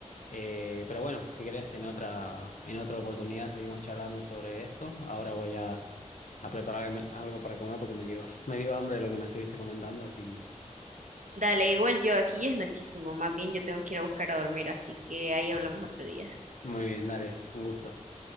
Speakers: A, on the left; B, on the right.
A: Eh, pero bueno, si querés, en otra, en otra oportunidad seguimos charlando sobre esto. Ahora voy a, a prepararme algo para comer porque me dio, <laughs> me dio hambre de lo que me estuviste comentando, así que
B: Dale, igual yo, aquí ya es nochísimo, más bien yo tengo que ir a buscar a dormir, así que ahí hablamos otro día.
A: muy bien, dale, un gusto.